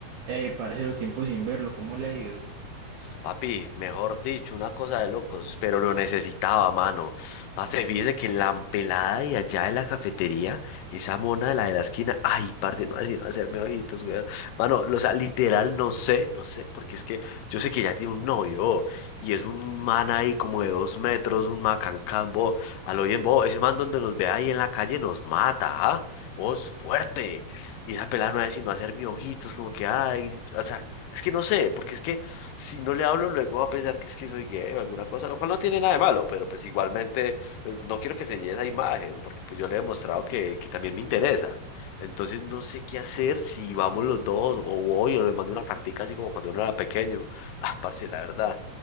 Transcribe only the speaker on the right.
Eh, parcero, tiempo sin verlo, ¿cómo le ha ido?